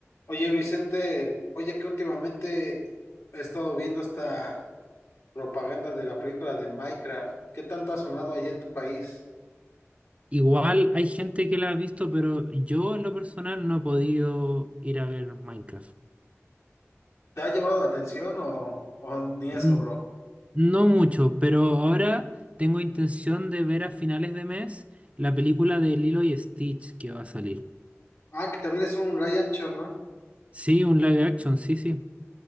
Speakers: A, on the left; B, on the right.
A: Oye, Vicente, oye que últimamente he estado viendo esta propaganda de la película de Minecraft. ¿Qué tanto ha sonado allá en tu país?
B: Igual hay gente que la ha visto, pero yo en lo personal no he podido ir a ver Minecraft.
A: ¿Te ha llamado la atención o, o ni eso,
B: N-
A: bro?
B: No mucho, pero ahora tengo intención de ver a finales de mes la película de Lilo y Stitch que va a salir.
A: Ah, que también es un live action, ¿no?
B: Sí, un live action, sí, sí.